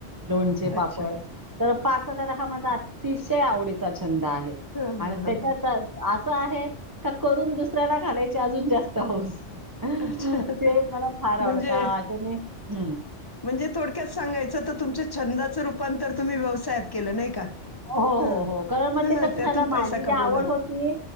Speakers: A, on the right (about 20°); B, on the left (about 20°).
A: लोणचे, पापड
B: अच्छा
A: तर पाक कला हा माझा आ अतिशय आवडीचा छंद आहे.
B: हा
A: आणि
B: हा हा
A: त्याच्यात
B: हा
A: आहे का करून दुसऱ्याला खालायची अजून जास्त हौस ते
B: अच्छा
A: मला फार आवडत
B: म्हणजे
A: असे मी हम्म
B: म्हणजे थोडक्यात सांगायचं तर तुमच्या छंदाचं रूपांतर तुम्ही व्यवसायात केलं नाही का
A: हो हो
B: हा
A: हो कारण मग
B: हा
A: ते कसं
B: त्यातून
A: झालं माझी
B: पैसा
A: जी
B: कमवला
A: आवड होती